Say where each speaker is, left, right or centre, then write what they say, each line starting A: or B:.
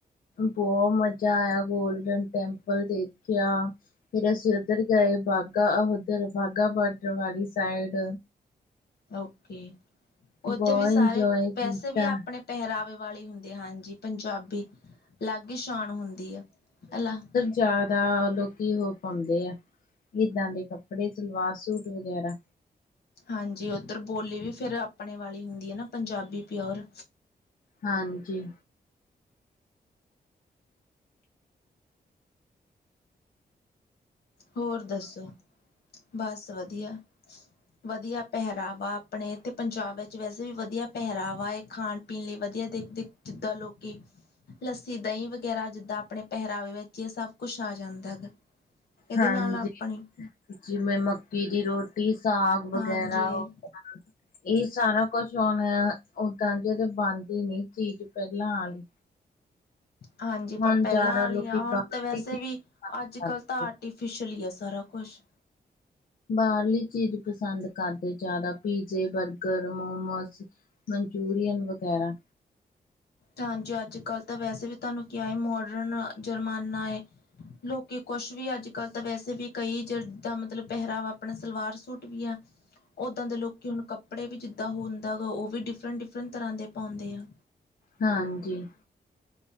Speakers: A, on the left; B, on the left.
A: ਬੋ ਮਜਾ ਆਇਆ ਗੋਲਡਨ ਟੈਂਪਲ ਦੇਖਿਆ ਫੇਰ ਅਸੀਂ ਉਧਰ ਗਏ ਬਾਘਾ ਉਧਰ ਬਾਘਾ ਬਾਰਡਰ ਵਾਲੀ ਸਾਈਡ
B: ਓਕੇ ਉੱਥੇ
A: ਬਹੁਤ
B: ਵੀ ਸਾਰੇ
A: ਇੰਜੋਏ ਕੀਤਾ
B: ਵੈਸੇ ਵੀ ਆਪਣੇ ਪਹਿਰਾਵੇ ਵਾਲੇ ਹੁੰਦੇ ਹਾਂਜੀ ਪੰਜਾਬੀ ਅਲੱਗ ਈ ਸ਼ਾਨ ਹੁੰਦੀ ਆ ਅਲਾ
A: ਜਾਦਾ ਲੋਕੀ ਓਹ ਪਾਉਂਦੇ ਆ ਏਦਾਂ ਦੇ ਕੱਪੜੇ ਸਲਵਾਰ ਸੂਟ ਵਗੈਰਾ
B: ਹਾਂਜੀ ਆਈਧਰ ਬੋਲੀ ਵੀ ਫਿਰ ਆਪਣੇ ਵਾਲੀ ਹੁੰਦੀ ਆ ਨਾ ਪੰਜਾਬੀ ਪਿਓਰ
A: ਹਾਂਜੀ
B: ਹੋਰ ਦੱਸੋ? ਬਸ ਵਧੀਆ। ਵਧੀਆ ਪਹਿਰਾਵਾ ਆਪਣੇ ਤੇ ਪੰਜਾਬ ਵਿੱਚ ਵੈਸੇ ਵੀ ਵਧੀਆ ਪਹਿਰਾਵਾ ਏ ਖਾਣ-ਪੀਣ ਲਈ ਵਧੀਆ ਦੇ-ਦੇ ਜਿੱਦਾਂ ਲੋਕੀ ਲੱਸੀ, ਦਈ ਵਗੈਰਾ ਜਿੱਦਾਂ ਆਪਣੇ ਪਹਿਰਾਵੇ ਵਿੱਚ ਏ ਸਭ ਕੁੱਛ ਆ ਜਾਂਦਾ ਗਾ। ਇਹਦੇ
A: ਹਾਂਜੀ
B: ਨਾਲ ਆਪਣੇ
A: ਜਿਵੇਂ ਮੱਕੀ ਦੀ ਰੋ ਟੀ ਸਾਗ ਵਗੈਰਾ
B: ਹਾਂਜੀ,
A: ਹੋਗਿਆ ਏ ਸਾਰਾ ਕੁਛ ਹੁਣ ਓਦਾਂ ਜ ਤਾਂ ਬਣਦੀ ਨੀ ਚੀਜ਼ ਪੈਲਾਂ ਆਲੀ।
B: ਹਾਂਜੀ
A: ਹੁਣ
B: ਪਰ ਪੈਲਾਂ
A: ਜ਼ਿਆਦਾ
B: ਆਲੀਆਂ
A: ਲੋਕੀ
B: ਹੁਣ
A: ਬਾਹਰ
B: ਤੇ ਵੈਸੇ
A: ਦੀ ਚੀਜ਼
B: ਵੀ
A: ਪਸੰਦ
B: ਅੱਜ ਕੱਲ੍ਹ
A: ਕਰਦੇ
B: ਤਾਂ ਆਰਟੀਫਿਸ਼ਲ ਈ ਆ ਸਾਰਾ ਕੁਛ।
A: ਬਾਰਲੀ ਚੀਜ਼ ਪਸੰਦ ਕਰਦੇ ਜਾਦਾ ਪੀਜ਼ੇ, ਬਰਗਰ, ਮੋਮੋਜ ਮਨਚੂਰੀਅਨ ਵਗੈਰਾ
B: ਹਾਂਜੀ ਅੱਜ-ਕੱਲ੍ਹ ਤਾਂ ਵੈਸੇ ਵੀ ਤੁਹਾਨੂੰ ਕਿਆ ਏ ਮੋਡਰਨ ਜੁਰਮਾਨਾ ਏ ਲੋਕੀ ਕੁਛ ਵੀ ਅੱਜ ਕੱਲ ਤਾਂ ਵੈਸੇ ਵੀ ਕਈ ਜਿਦਾ ਮਤਲਬ ਪਹਿਰਾਵਾ ਆਪਣਾ ਸਲਵਾਰ ਸੂਟ ਵੀ ਆ ਓਦਾਂ ਦੇ ਲੋਕੀ ਹੁਣ ਕੱਪੜੇ ਵੀ ਜਿੱਦਾਂ ਹੁੰਦਾ ਗਾ ਓ ਵੀ ਡਿਫਰੈਂਟ-ਡਿਫਰੈਂਟ ਤਰ੍ਹਾਂ ਦੇ ਪੋਂਦੇ ਆ।
A: ਹਾਂਜੀ।